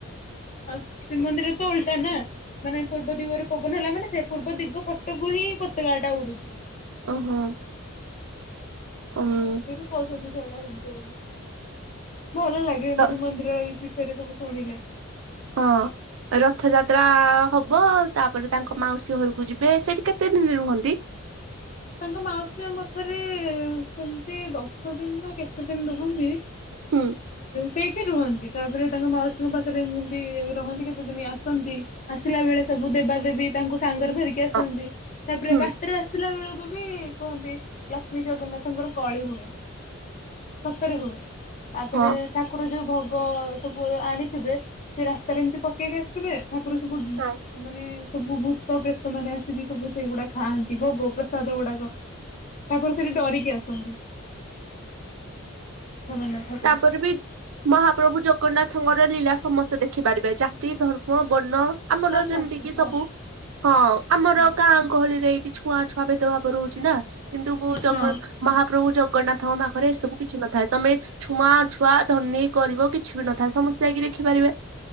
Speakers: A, on the left; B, on the right.
A: ଆଉ ଶ୍ରୀମନ୍ଦିର ତ ଓଲଟା ନା। ମାନେ ପୂର୍ବ ଦିଗରେ ପବନ ହେଲା ମାନେ ସେ ପୂର୍ବ ଦିଗ ପଟକୁ ହିଁ ପତକାଟା ଉଡୁଚି।
B: ଓହୋ। ଉଁ
A: ଟୁ କହୁଛନ୍ତି ଟା କେମିତି ବୋଲି ଭଲ ଲାଗେ
B: ତ
A: ମାନେ ମନ୍ଦିର ସେଟ ସବୁ ଶୁଣିଲେ
B: ହଁ। ରଥଯାତ୍ରା ହବ ତାପରେ ତାଙ୍କ ମାଉସୀ ଘରକୁ ଯିବେ ସେଇଠି କେତେ ଦିନ ରୁହନ୍ତି?
A: ହ ତାଙ୍କ ମାଉସୀ ପାଖରେ ସେମିତି ଦଶ ଦିନ ନା କେତେ ଦିନ ରୁହନ୍ତି?
B: ହୁଁ
A: ସେଇଠି ରୁହନ୍ତି ତାପରେ ତାଙ୍କ ମାଉସୀଙ୍କ ପାଖରେ ଯେମିତି ରହନ୍ତି କେତେଦିନିଆ ଆ ଆସିଲା ବେଳେ ସବୁ ଦେବାଦେବୀ ତାଙ୍କୁ ସାଙ୍ଗରେ ଧରିକି ଆସନ୍ତି,
B: ହଁ
A: ତାପରେ
B: ହୁଁ
A: ବାଟରେ ଆସିଲା ବେଳକୁ ବି କୁହନ୍ତି ଲକ୍ଷ୍ମୀ ଜଗନ୍ନାଥଙ୍କର କଳି ହୁଏ। ସତରେ ହୁଏ ତାପରେ
B: ହଁ।
A: ଠାକୁର ଯୋଉ ଭଗ ସବୁ ଆଣିଥିବେ ସେ ରାସ୍ତାରେ ଏମିତି ପକେଇକି ଆସିଥିବେ। ଠାକୁର ସବୁ
B: ହଁ
A: ମାନେ ସବୁ ଭୂତ ପ୍ରେତ ମାନେ ଆସିକି ସବୁ ସେଗୁଡା ଖାଆନ୍ତି ଭୋଗ। ସାଧ ଗୁଡାକ ଠାକୁର ସେଠି ଡରିକି ଆସନ୍ତି। ଜଗନ୍ନାଥ ଠାକୁର।
B: ତାପରେ ବି ମହାପ୍ରଭୁ ଜଗନ୍ନାଥଙ୍କର ଲୀଳା ସମସ୍ତେ ଦେଖିପାରିବେ, ଜାତି ଧର୍ମ ବର୍ଣ୍ଣ ଆମର
A: ସମସ୍ତେ
B: ଯେମିତି କିି
A: ହଁ
B: ସବୁ ହଁ ଆମର
A: ହୁଁ
B: ଗାଁ ଗହଳିରେ ଏଇଠି ଛୁଆ ଛୁଆ ଭେଦଭାବ ରହୁଛି ନା କିନ୍ତୁ
A: ହଁ
B: ମହାପ୍ରଭୁ ଜଗନ୍ନାଥଙ୍କ ପାଖରେ ଏ ସବୁ କିଛି ନଥାଏ ତମେ ଛୁଆ ଛୁଆ ଧନୀ କରିବ କିଛି ବି ନଥାଏ, ସମସ୍ତେ ଯାଇକି ଦେଖିପାରିବେ।